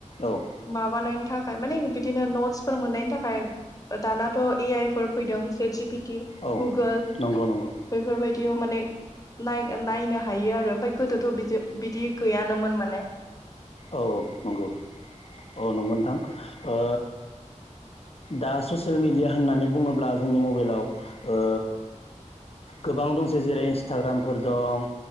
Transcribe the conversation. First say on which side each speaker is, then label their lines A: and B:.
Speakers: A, on the left; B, on the left.
A: औ
B: माबानायनि थाखाय माने बिदिनो नो नतस फोर मोननायनि थाखाय, दानाथ' ए आइ फोर फैदों, चेत जि पि ति
A: औ
B: गुगोल,
A: नंगौ नंगौ
B: बेफोरबायदि याव माने, ना नायनो हायो आरो, ओमफ्राय गोदो थ' बिदी बिदि गैयानोमोन माने।
A: औ नंगौ औ नंगौ नोंथां। ओ दा ससियेल मिडिया होननानै बुङोब्ला जोंनि मबाइलाव ओ गोबां दंसै जेरै इन्सटाग्रामफोर दं,